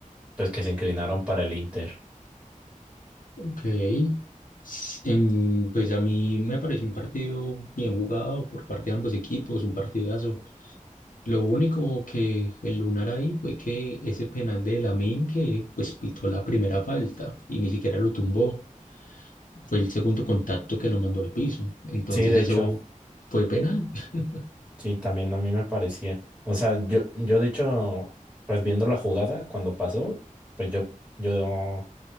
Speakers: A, in the centre; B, on the left.
A: pues que se inclinaron para el Inter.
B: Ok. S- em, pues a mí me pareció un partido bien jugado por parte de ambos equipos, un partidazo. Lo único que el Lunar ahí fue que ese penal de Lamine que pues pitó la primera falta y ni siquiera lo tumbó. Fue el segundo contacto que lo mandó al piso. Entonces
A: Sí, de
B: eso
A: hecho,
B: fue penal. <laughs>
A: sí, también a mí me parecía. O sea, yo, yo de hecho, pues viendo la jugada cuando pasó, pues yo, yo